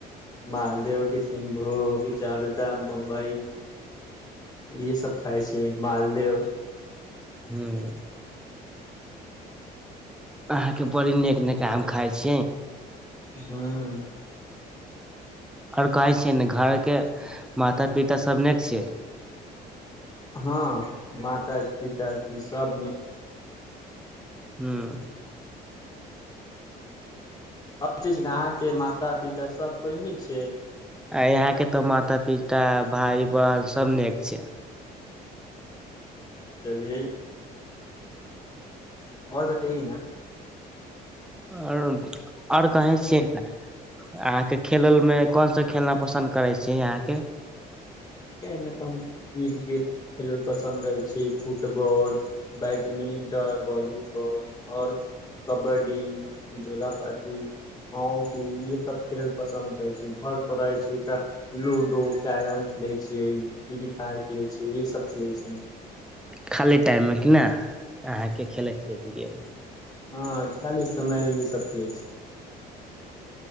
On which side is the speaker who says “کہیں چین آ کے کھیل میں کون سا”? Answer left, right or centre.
Centre